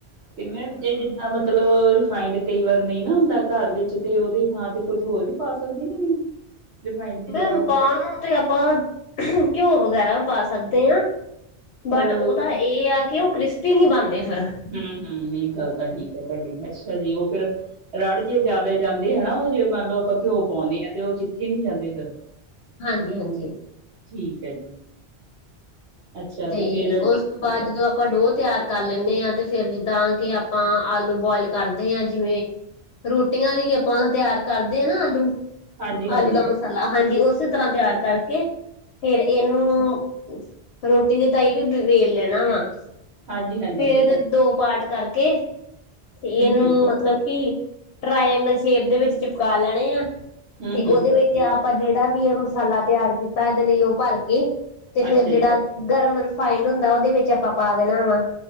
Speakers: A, on the right; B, on the left.
A: ਤੇ ਮੈਮ ਇਹ ਜਿੱਦਾਂ ਮਤਲਬ ਰਿਫਾਇੰਡ ਕਈ ਵਾਰ ਨਹੀਂ ਨਾ ਹੁੰਦਾ ਘਰ ਵਿੱਚ, ਤੇ ਉਹਦੀ ਥਾਂ ਤੇ ਕੁੱਝ ਹੋਰ ਵੀ ਪਾ ਸਕਦੇ ਕੇ ਨਹੀਂ। <inaudible> ਜਗ੍ਹਾ
B: ਮੈਮ
A: ਤੇ
B: ਪਾਉਣ ਨੂੰ ਤੇ ਆਪਾਂ ਘਿਓ ਵਗੈਰਾ ਵੀ ਪਾ ਸਕਦੇ ਹਾਂ।
A: ਪਰ
B: ਬਟ
A: ਹੂੰ
B: ਉਹਦਾ ਇਹ ਆ ਕਿ ਉਹ ਕ੍ਰਿਸਪੀ ਨਹੀਂ ਬਣਦੇ ਫਿਰ।
A: ਹੂੰ ਹੂੰ ਇਹ ਗੱਲ ਤਾਂ ਠੀਕ ਹੈ, ਤੁਹਾਡੀ ਅੱਛਾ ਜੀ ਉਹ ਫਿਰ ਰੜ ਜੇ ਜ਼ਿਆਦਾ ਜਾਂਦੇ ਹਨਾ, ਉਹ ਜੇ ਮੰਨ ਲਓ ਆਪਾਂ ਘਿਓ ਪਾਉਂਦੇ ਆ, ਤੇ ਉਹ ਚਿੱਥੇ ਨੀ ਜਾਂਦੇ ਫਿਰ
B: ਹਾਂਜੀ ਹਾਂਜੀ।
A: ਠੀਕ ਹੈ ਜੀ। ਅੱਛਾ
B: ਤੇ
A: ਫਿਰ
B: ਉਸ
A: ਹੂੰ
B: ਉਸ ਤੋਂ ਬਾਅਦ ਜਦੋਂ ਆਪਾਂ ਲੋਹ ਤਿਆਰ ਕਰ ਲੈਂਦੇ ਹਾਂ, ਤੇ ਫੇਰ ਜਿੱਦਾਂ ਕਿ ਆਪਾਂ ਆਲੂ ਬੋਆਇਲ ਕਰਦੇ ਹਾਂ। ਜਿਵੇਂ
A: ਹੂੰ।
B: ਰੋਟੀਆਂ ਲਈ ਆਪਾਂ ਤਿਆਰ ਕਰਦੇ ਹਾਂ ਨਾ ਆਲੂ,
A: ਹਾਂਜੀ ਹਾਂਜੀ
B: ਆਲੂ ਦਾ ਮਸਾਲਾ
A: ਹੂੰ
B: ਮਸਾਲਾ ਹਾਂਜੀ ਉਸੇ ਤਰ੍ਹਾਂ ਤਿਆਰ ਕਰਕੇ, ਫੇਰ ਇਹਨੂੰ ਰੋਟੀ ਦੀ ਤਾਈ ਵੀ ਵੇਲ ਲੈਣਾ ਵਾ, ਫਿਰ
A: ਹਾਂਜੀ ਹਾਂਜੀ
B: ਇਹਦੇ ਦੋ ਪਾਰਟ ਕਰਕੇ ਕੇ ਤੇ
A: ਹੂੰ
B: ਫਿਰ ਇਹਨੂੰ
A: ਹੂੰ
B: ਮਤਲਬ ਕਿ ਟ੍ਰਾਈਅੰਗਲ ਸ਼ੇਪ ਦੇ ਵਿੱਚ ਚਿਪਕਾ ਲੈਣੇ ਆ,
A: ਹੂੰ
B: ਤੇ
A: ਹੂੰ
B: ਉਹਦੇ ਵਿੱਚ ਤੇ ਆਪਾਂ ਜਿਹੜਾ ਵੀ ਆ ਮਸਾਲਾ ਤਿਆਰ ਕੀਤਾ, ਇਹਦੇ ਲਈ ਉਹ ਭਰ ਕੇ, ਤੇ ਫੇਰ
A: ਅੱਛਾ
B: ਜਿਹੜਾ
A: ਜੀ
B: ਗਰਮ ਰਿਫਾਇੰਡ ਹੁੰਦਾ ਉਹਦੇ ਵਿੱਚ ਆਪਾਂ ਪਾ ਦੇਣਾ ਵਾ।